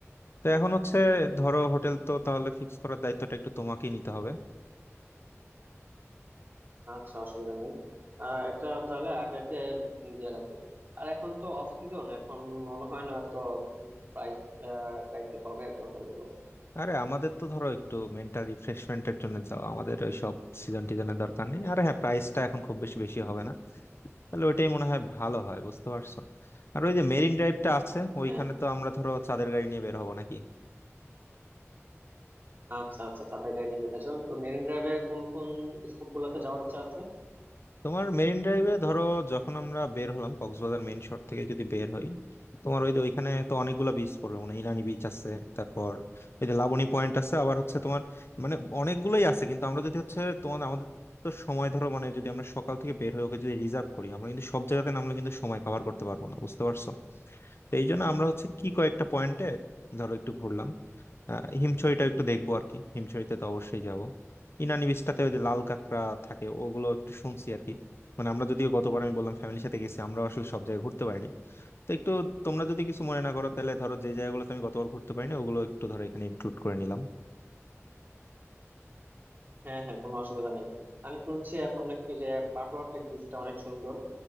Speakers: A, on the left; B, on the right.
A: তো এখন হচ্ছে ধরো হোটেল তো তাহলে ফিক্স করার দায়িত্বটা একটু তোমাকেই নিতে হবে
B: আচ্ছা অসুবিধা নেই আহ এটা তাহলে আগে আগে দিয়ে রাখবো আর এখন তো অফ সিজন এখন মনে হয় না তো প্রাইস প্রাইসই হবে আর কি হোটেল গুলো
A: আরে আমাদের তো ধরো একটু মেন্টাল রিফ্রেশমেন্টের জন্য যাওয়া আমাদের ওই সব সিজন টিজনের দরকার নেই আর হ্যাঁ প্রাইসটা এখন খুব বেশি বেশি হবে না তাহলে ওইটাই মনে হয় ভালো হয় বুঝতে পারছো আর ওই যে মেরিন ড্রাইভটা আছে ওইখানে
B: হ্যাঁ
A: তো আমরা ধরো চাঁদের গাড়ি নিয়ে বের হবো নাকি
B: আচ্ছা আচ্ছা চাঁদের গাড়ি নিয়ে যেতে চান তো মেরিন ড্রাইভে কোন কোন স্পট গুলাতে যাওয়ার ইচ্ছা আছে
A: তোমার মেরিন ড্রাইভে ধরো যখন আমরা বের হলাম কক্সবাজার মেইন শহর থেকে যদি বের হই তোমার ওই যে ওইখানে তো অনেকগুলো বিচ পড়বে মানে ইলানি বিচ আছে তারপর ওই যে লাবণী পয়েন্ট আছে আবার হচ্ছে তোমার মানে অনেকগুলোই আছে কিন্তু আমরা যদি হচ্ছে তোমার আমাদের তো সময় ধরো মানে যদি আমরা সকাল থেকে বের হয়ে ওকে যদি রিজার্ভ করি আমরা কিন্তু সব জায়গাতে নামলে কিন্তু সময় কভার করতে পারবো না বুঝতে পারছো তো এই জন্য আমরা হচ্ছে কি কয়েকটা পয়েন্টে ধরো একটু ঘুরলাম আহ, হিমছড়িটা একটু দেখবো আর কি হিমছড়িতে তো অবশ্যই যাব ইনানি বিচটাতে ওই যে লাল কাঁকড়া থাকে ওগুলো একটু শুনছি আর কি মানে আমরা যদিও গতবার আমি বললাম ফ্যামিলির সাথে গেছি আমরা আসলে সব জায়গায় ঘুরতে পারিনি তো একটু তোমরা যদি কিছু মনে না করো তাহলে ধরো যে জায়গাগুলোতে আমি গতবার ঘুরতে পারিনি ওগুলো একটু ধরো এখানে ইনক্লুড করে নিলাম
B: হ্যাঁ হ্যাঁ কোনো অসুবিধা নেই আমি শুনছি এখন নাকি যে পাটওয়ার টেক বিচটা অনেক সুন্দর